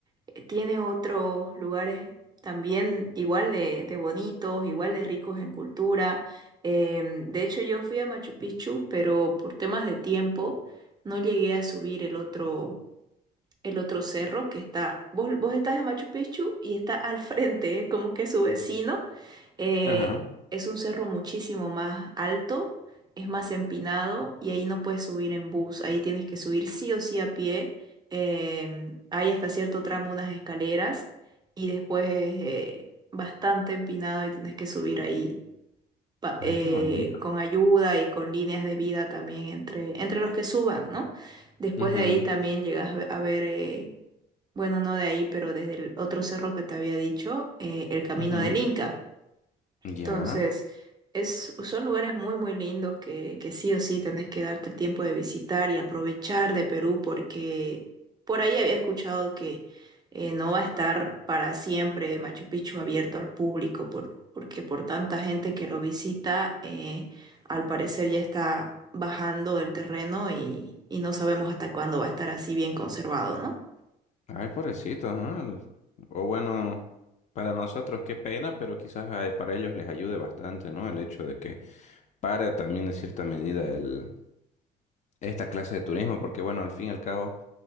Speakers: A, on the right; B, on the left.
A: eh, tiene otros lugares también igual de, de bonitos, igual de ricos en cultura. Em, de hecho, yo fui a Machu Picchu, pero por temas de tiempo no llegué a subir el otro el otro cerro que está, vos, vos estás en Machu Picchu y está al <laughs> frente, ¿eh? como que su vecino. eh,
B: Ajá.
A: es un cerro muchísimo más alto, es más empinado y ahí no puedes subir en bus, ahí tienes que subir sí o sí a pie. em, hay hasta cierto tramo unas escaleras y después es eh, bastante empinado y tenés que subir ahí pa- eh,
B: Ay, qué bonito.
A: con ayuda y con líneas de vida también entre, entre los que suban, ¿no? Después
B: Ujú,
A: de ahí también llegas a a ver, eh, bueno, no de ahí, pero desde el otro cerro que te había dicho, eh, el Camino
B: ujú.
A: del Inca.
B: Ya.
A: Entonces, es, son lugares muy, muy lindos que, que sí o sí tenés que darte el tiempo de visitar y aprovechar de Perú porque por ahí había escuchado que eh, no va a estar para siempre Machu Picchu abierto al público por, porque por tanta gente que lo visita, eh, al parecer ya está bajando el terreno y, y no sabemos hasta cuándo va a estar así bien conservado, ¿no?
B: Ay, pobrecito, ajá. O bueno, para nosotros qué pena, pero quizás eh, para ellos les ayude bastante, ¿no? El hecho de que pare también en cierta medida el, esta clase de turismo, porque bueno, al fin y al cabo.